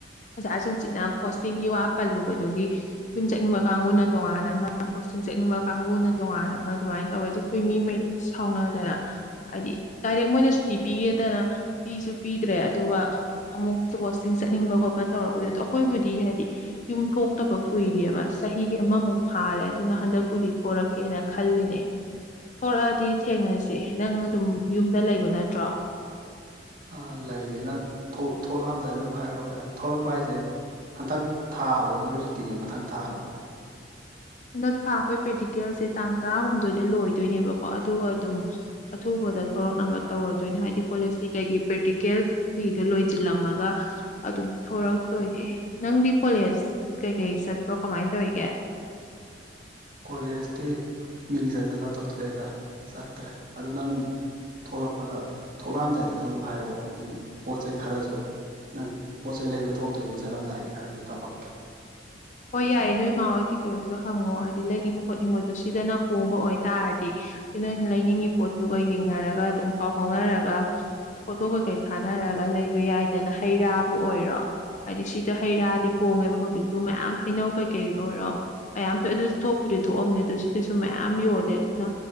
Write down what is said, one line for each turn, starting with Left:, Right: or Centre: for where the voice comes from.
Left: ꯑꯣꯖꯥꯁꯤꯡꯁꯤꯅ ꯄꯣꯁꯇꯤꯡꯒꯤ ꯋꯥ ꯄꯜꯂꯨꯕꯗꯨꯒꯤ ꯌꯨꯝ ꯆꯠꯅꯤꯡꯕ ꯀꯥꯡꯕꯨꯅ ꯇꯣꯉꯥꯟ ꯑꯃ ꯄꯣꯁꯇꯤꯡ ꯆꯠꯅꯤꯡꯕ ꯀꯥꯡꯕꯨꯅ ꯇꯣꯉꯥꯟꯅ ꯑꯃ ꯑꯗꯨꯃꯥꯏꯅ ꯇꯧꯋꯦ ꯑꯗꯨ ꯑꯩꯈꯣꯏ ꯃꯤꯉꯩ ꯂꯣꯏ ꯁꯥꯎꯅꯗꯅ ꯍꯥꯏꯗꯤ ꯗꯥꯏꯔꯦꯛ ꯃꯣꯏꯅ ꯁꯨꯇꯤ ꯄꯤꯒꯦꯗꯅ ꯄꯤꯁꯨ ꯄꯤꯗ꯭ꯔꯦ ꯑꯗꯨꯒ ꯑꯃꯨꯛ ꯀꯣꯠꯁꯤꯡꯤꯡ ꯆꯠꯅꯤꯡꯕ ꯈꯣꯠꯄ ꯇꯧꯔꯛꯄꯗꯨ ꯑꯗꯨꯣ ꯑꯩꯈꯣꯏꯕꯨꯗꯤ ꯍꯥꯏꯗꯤ ꯌꯨꯝ ꯊꯣꯛꯇꯕ ꯀꯨꯏꯔꯑꯕ ꯆꯍꯤ ꯑꯃꯃꯨꯛ ꯐꯥꯔꯦ ꯑꯗꯨꯅ ꯍꯟꯗꯛꯄꯨꯗꯤ ꯊꯣꯔꯛꯀꯦꯅ ꯈꯜꯂꯤ ꯊꯣꯔꯛꯑꯗꯤ ꯊꯦꯡꯅꯁꯦ ꯅꯪ ꯑꯗꯨꯝ ꯌꯨꯝꯗ ꯂꯩꯕ ꯅꯠꯇ꯭ꯔꯣ
Right: ꯑꯥ ꯂꯩꯌꯦ ꯅꯪ ꯊꯣꯛꯂꯛꯑꯝꯗꯥꯏꯗ ꯑꯗꯨꯝ ꯍꯥꯏꯔꯛꯑꯣ ꯌꯥꯅꯤ ꯊꯣꯛꯂꯛꯄ ꯍꯥꯏꯁꯦ ꯍꯟꯗꯛ ꯊꯥ ꯑꯣꯗꯣꯏꯔꯣ ꯁꯨꯇꯤꯁꯦ ꯃꯊꯪ ꯊꯥꯔꯣ
Left: ꯍꯟꯗꯛ ꯊꯥ ꯑꯩꯈꯣꯏ ꯄ꯭ꯔꯦꯛꯇꯤꯀꯦꯜꯁꯦ ꯇꯥꯡ ꯇꯔꯥꯍꯨꯝꯗꯣꯏꯗ ꯂꯣꯏꯗꯣꯏꯅꯦꯕꯀꯣ ꯑꯗꯨꯒ ꯑꯗꯨꯝ ꯑꯊꯨꯕꯗ ꯊꯣꯛꯂꯛꯅꯕ ꯇꯧꯔꯗꯣꯏꯅꯦ ꯍꯥꯏꯗꯤ ꯀꯣꯂꯦꯖꯀꯤ ꯀꯩꯒꯤ ꯄ꯭ꯔꯦꯛꯇꯤꯀꯦꯜꯈꯩꯗꯣ ꯂꯣꯏꯁꯤꯜꯂꯝꯃꯒ ꯑꯗꯨꯝ ꯊꯣꯔꯛꯇꯣꯏꯅꯦ ꯅꯪꯗꯤ ꯀꯣꯂꯦꯖ ꯀꯩꯀꯩ ꯆꯠꯄ꯭ꯔꯣ ꯀꯃꯥꯏꯅ ꯇꯧꯔꯤꯒꯦ
Right: ꯀꯣꯂꯦꯖꯇꯤ ꯃꯤꯡ ꯆꯟꯁꯤꯜꯂꯒ ꯇꯧꯊꯣꯛꯑꯦꯗ ꯆꯠꯇ꯭ꯔꯦ ꯑꯗꯨꯗ ꯅꯪ ꯊꯣꯛꯂꯛꯄꯗ ꯊꯣꯛꯂꯛꯑꯝꯗꯥꯏꯗꯁꯨ ꯑꯗꯨꯝ ꯍꯥꯏꯔꯛꯑꯣ ꯑꯩ ꯄꯣꯠ ꯆꯩꯩ ꯈꯔꯁꯨ ꯅꯪ ꯄꯣꯠ ꯆꯩꯩ ꯂꯩꯕ ꯊꯣꯛꯇꯣꯏꯗꯤ ꯆꯠꯂꯝꯗꯥꯏꯒꯤ ꯈꯔꯁꯨ ꯇꯄꯛꯈꯤ
Left: ꯍꯣꯏ ꯌꯥꯏꯌꯦ ꯅꯣꯏ ꯃꯥ ꯍꯣꯏ ꯀꯩꯀꯩꯀꯩꯁꯨ ꯍꯪꯉꯣ ꯍꯥꯏꯗꯤ ꯂꯩꯅꯤꯡꯕ ꯈꯣꯠꯅꯤꯡꯕꯗꯣ ꯁꯤꯗꯅ ꯍꯣꯡꯕ ꯑꯣꯏꯇꯥꯥꯔꯗꯤ ꯅꯣꯏꯅ ꯂꯩꯅꯤꯡꯉꯤ ꯄꯣꯠꯇꯨꯒ ꯌꯦꯡꯅꯔꯒ ꯑꯗꯨꯝ ꯄꯥꯎ ꯐꯥꯎꯅꯔꯒ ꯐꯣꯇꯣ ꯀꯩꯀꯩ ꯊꯥꯅꯔꯒ ꯂꯩꯕ ꯌꯥꯏꯗꯅ ꯍꯩ ꯔꯥꯕꯨ ꯑꯣꯏꯔꯣ ꯍꯥꯏꯗꯤ ꯁꯤꯗ ꯍꯩ ꯔꯥꯗꯤ ꯍꯣꯡꯉꯦꯕ ꯍꯧꯖꯤꯛꯇꯨ ꯃꯌꯥꯝ ꯍꯩꯅꯧ ꯀꯩꯀꯩ ꯑꯣꯏꯔꯣ ꯃꯌꯥꯝ ꯊꯣꯛꯑꯦ ꯑꯗꯨꯁꯨ ꯊꯣꯛꯄꯨꯗꯤ ꯊꯣꯛꯑꯝꯅꯦ ꯑꯗꯨ ꯁꯤꯗꯁꯨ ꯃꯌꯥꯝ ꯌꯣꯜꯂꯦ ꯑꯗꯨꯅ